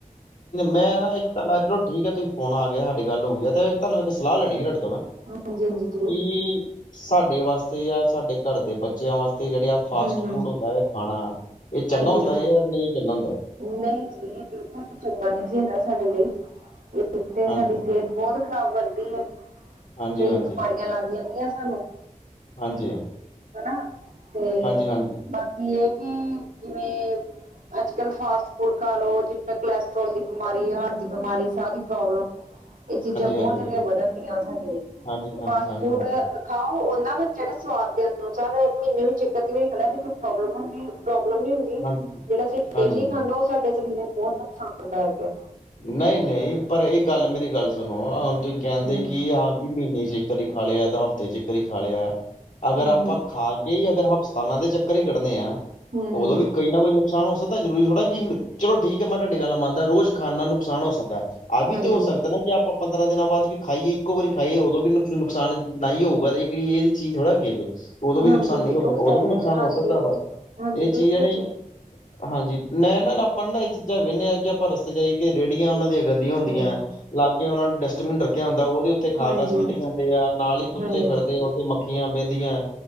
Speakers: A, on the left; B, on the right.
A: ਮੈਂ ਨਾ ਇੱਕ ਤਾਂ ਚਲੋ ਠੀਕ ਹੈ ਤੁਸੀਂ ਫੋਨ ਆ ਗਿਆ ਸਾਡੀ ਗੱਲ ਹੋ ਗਈ ਹੈ ਤੇ ਤੁਹਾਨੂੰ ਇੱਕ ਸਲਾਹ ਲੈਣੀ ਸੀ ਤੁਹਾਡੇ ਤੋਂ ਮੈਂ।
B: ਹਾਂਜੀ-ਹਾਂਜੀ।
A: ਕੀ, ਸਾਡੇ ਵਾਸਤੇ ਜਾਂ ਸਾਡੇ ਘਰ ਦੇ ਬੱਚਿਆਂ ਵਾਸਤੇ ਤੇ ਜਿਹੜਾ ਆ ਫਾਸਟ
B: ਹੂੰ ਹੂੰ
A: ਫੂਡ ਹੁੰਦਾ ਏ ਖਾਣਾ ਇਹ
B: ਹਾਂਜੀ
A: ਚੰਗਾ ਹੁੰਦਾ
B: ਹਾਂਜੀ
A: ਏ ਜਾ ਨੀ ਚੰਗਾ ਹੁੰਦਾ?
B: ਨਹੀਂ ਜੀ ਇਹ ਬਿਲਕੁਲ ਚੰਗਾ ਨੀ ਜੀ ਹੁੰਦਾ ਸਾਡੇ ਲਈ ਇਹ ਤੇ
A: ਹਾਂਜੀ
B: ਸਾਡੀ ਸਿਹਤ ਬਹੁਤ ਖਰਾਬ ਕਰਦੀ ਐ,
A: ਹਾਂਜੀ
B: ਕਈ
A: ਹਾਂਜੀ
B: ਬਿਮਾਰੀਆਂ ਲੱਗ ਜਾਂਦੀਆਂ ਸਾਨੂੰ।
A: ਹਾਂਜੀ
B: ਹਨਾ ਤੇ
A: ਹਾਂਜੀ ਹਾਂਜੀ
B: ਬਾਕੀ ਇਹ ਕਿ ਜਿਵੇਂ ਅੱਜ ਕੱਲ ਫਾਸਟ ਫੂਡ ਖਾਲੋ ਜਿਵੇਂ ਕੋਲੈਸਟਰੋਲ ਦੀ ਬਿਮਾਰੀ ਹਾਰਟ ਦੀ ਬਿਮਾਰੀ ਸਾਹ ਦੀ ਪ੍ਰੋਬਲਮ ਇਹ ਚੀਜ਼ਾਂ
A: ਹਾਂਜੀ
B: ਬਹੁਤ ਜਿਆਦਾ ਵਧਣ ਦੀਆਂ ਵਾ ਸਾਡੇ ਲਈ
A: ਹਾਂਜੀ
B: ਤੇ
A: ਹਾਂਜੀ
B: ਫਾਸਟ
A: ਹਾਂਜੀ
B: ਫੂਡ
A: ਹਾਂਜੀ
B: ਖਾਓ ਉਹਨਾਂ ਬੱਚਿਆ ਨੂੰ ਸਵਾਦ ਦੇ ਅਨੁਸਾਰ ਮਹੀਨੇ ਵਿੱਚ ਜੈ ਕਦੇ ਵੀ ਖਾਨਾ ਕੋਈ ਪ੍ਰੋਬਲਮ ਹੁੰਦੀ ਏ ਪ੍ਰੋਬਲਮ ਨੀ ਹੁੰਦੀ ਜਿਹੜਾ
A: ਹਾਂਜੀ
B: ਅਸੀਂ
A: ਹਾਂਜੀ
B: ਡੇਲੀ ਖਾਂਨੇ ਆ ਉਹ ਸਾਡੇ ਸਰੀਰ ਲਈ ਬਹੁਤ ਨੁਕਸਾਨ ਦਾਇਕ ਏ
A: ਨਹੀਂ ਨਹੀਂ ਪਰ ਇਹ ਗੱਲ ਮੇਰੀ ਗੱਲ ਸੁਨੋ ਹੁਣ ਤੁਸੀਂ ਕਹਿੰਦੇ
B: ਹਮ
A: ਕਿ ਹਾਂ ਮਹੀਨੇ ਚ ਇੱਕ ਵਾਰੀ ਖਾ ਲਿਆ ਜਾ ਹਫ਼ਤੇ ਚ ਇੱਕ ਵਾਰੀ ਖਾ ਲਿਆ ਅਗਰ
B: ਹਮ
A: ਆਪਾਂ ਖਾ ਕੇ ਈ ਅਗਰ ਹਸਪਤਾਲਾਂ ਦੇ ਚੱਕਰ ਈ ਕੱਢਣੇ ਆ
B: ਹਮ
A: ਉਦੋਂ
B: ਹਮ
A: ਵੀ ਕੋਈ ਨਾ ਕੋਈ ਨੁਕਸਾਨ ਹੋ ਸਕਦਾ ਜ਼ਰੂਰੀ ਥੋੜ੍ਹਾ ਕਿ ਚਲੋ ਠੀਕ ਹੈ ਮੈਂ ਤੁਹਾਡੀ ਗੱਲ ਮੰਨਦਾ ਰੋਜ਼
B: ਹਮ
A: ਖਾਨ ਨਾਲ ਨੁਕਸਾਨ ਹੋ ਸਕਦਾ ਆ ਵੀ
B: ਹਾਂਜੀ
A: ਤੇ ਹੋ ਸਕਦਾ ਨਾ ਕਿ ਆਪਾਂ ਪੰਦਰਾਂ ਦਿਨਾਂ ਬਾਅਦ ਵੀ ਖਾਈਏ ਇੱਕੋ ਵਾਰੀ ਖਾਈਏ ਉਦੋਂ ਵੀ ਨੁਕਸਾਨ ਨਾ ਹੀ ਹੋਊਗਾ ਤੇ ਇਹਦੀ ਚੀਜ਼ ਥੋੜਾ ਹੈਗੀ ਹੈ ਉਦੋਂ ਵੀ
B: ਹਾਂਜੀ
A: ਨੁਕਸਾਨ
B: ਹਾਂਜੀ
A: ਨੀ ਹੋ ਸਕਦਾ
B: ਉਹ ਤਾਂ
A: ਉਦੋਂ
B: ਹੈ
A: ਵੀ ਨੁਕਸਾਨ
B: ਹਾਂਜੀ
A: ਹੋ ਸਕਦਾ ਵਾ
B: ਹਾਂਜੀ
A: ਇਹ
B: ਬਿਲਕੁਲ
A: ਚੀਜ਼ ਹੈ ਨਾ ਜੀ ਹਾਂਜੀ ਮੈਂ ਨਾਲ ਆਪਾਂ ਨਾ ਇਹ ਚੀਜ਼ਾਂ ਵੇਹਨੇ ਆ ਕਿ ਆਪਾਂ ਰਸ ਜਾਈ ਕਿ ਰੇਹੜੀਆਂ ਉਹਨਾਂ ਦੀਆਂ ਗੰਦੀਆਂ ਹੁੰਦੀਐ
B: ਹੂੰ,
A: ਲਾਗੇ ਉਹਨਾਂ ਡਸਟਬਿਨ ਰੱਖਿਆ ਹੁੰਦਾ ਉਹਦੇ ਉੱਤੇ ਖਾ
B: ਹਾਂਜੀ,
A: ਖਾ ਸੁੱਟੀ
B: ਹਾਂਜੀ।
A: ਜਾਂਦੇ ਆ ਨਾਲ ਹੀ ਕੁੱਤੇ
B: ਹਾਂਜੀ
A: ਫਿਰਦੇ
B: ਬਿਲਕੁਲ
A: ਆ ਉੱਥੇ ਮੱਖੀਆਂ ਬਹਿੰਦੀਆਂ